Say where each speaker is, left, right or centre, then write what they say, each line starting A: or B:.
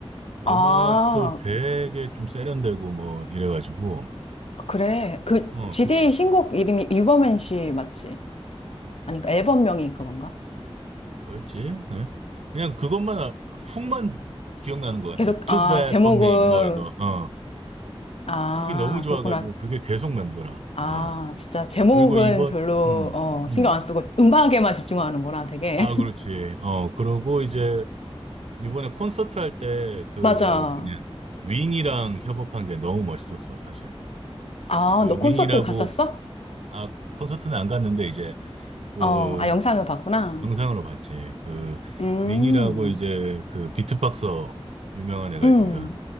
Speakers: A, on the right; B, on the left.
A: 음악도
B: 아,
A: 되게 좀 세련되고 뭐 이래가지고,
B: 그래. 그,
A: 어,
B: GD
A: 그,
B: 신곡 이름이 이버맨 씨 맞지? 아니, 그 앨범명이 그건가?
A: 뭐였지? 네. 그냥 그것만 아- 훅만 기억나는 것 같아.
B: 계속,
A: Too
B: 아,
A: bad
B: 제목은,
A: for me 뭐 이거 어
B: 아,
A: 훅이 너무 좋아가지고
B: 그렇구나.
A: 그게 계속 남더라.
B: 아,
A: 어
B: 진짜, 제목은
A: 그리고 이번
B: 별로,
A: 음음아
B: 어, 신경 안 쓰고 음악에만 집중하는구나, 되게.
A: 그렇지.
B: <laughs>
A: 어 그러고 이제 이번에 콘서트 할 때 그
B: 맞아.
A: 뭐냐 윙이랑 협업한 게 너무 멋있었어 사실.
B: 아,
A: 그
B: 너 콘서트
A: 윙이라고
B: 갔었어?
A: 아 콘서트는 안 갔는데 이제 그뭐
B: 어, 아, 영상을 봤구나.
A: 영상으로 봤지. 그
B: 음,
A: 윙이라고 이제 그 비트박서 유명한 애가
B: 음.
A: 있거든.